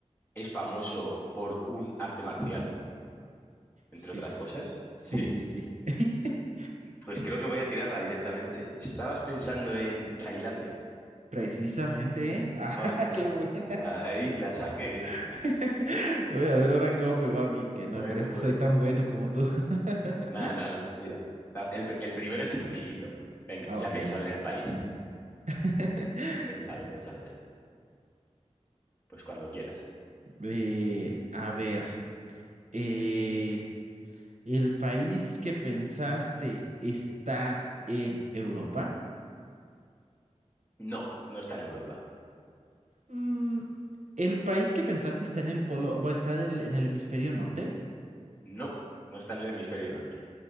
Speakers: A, on the left (about 15°); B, on the right (about 80°).
A: es famoso por un arte marcial, entre
B: Sí,
A: otras cosas?
B: sí,
A: Sí.
B: sí, sí. <laughs>
A: Pues creo que voy a tirarla directamente, ¿eh? Estabas pensando en Tailandia.
B: Precisamente, ¿eh? <laughs> Ah,
A: Hola.
B: qué buena.
A: Ahí la saqué, ¿eh?
B: <laughs> Voy a ver ahora cómo me va a mí, que
A: Bueno,
B: no crees
A: bueno.
B: que soy tan bueno como tú. <laughs>
A: No, no, no. Mira. El, el primero es sencillito. Venga,
B: Ah,
A: ya
B: ok,
A: he pensado
B: ok.
A: en el país.
B: <laughs>
A: He pensado, he pensado ya. Pues cuando quieras.
B: Eh, a ver, eh, ¿el país que pensaste está en Europa?
A: No, no está en Europa.
B: Mm, ¿el país que pensaste está en el polo, o está del- en el hemisferio norte?
A: No, no está en el hemisferio norte.